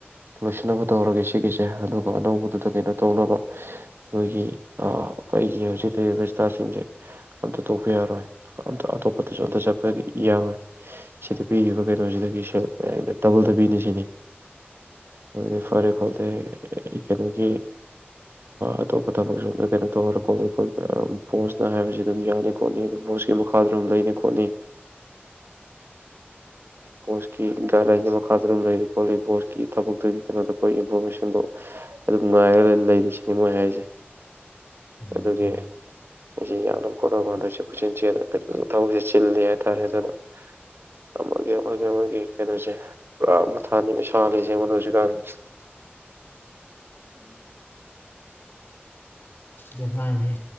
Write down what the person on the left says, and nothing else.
ꯎꯝ
ꯎꯝ ꯖꯃꯥꯅꯦꯦ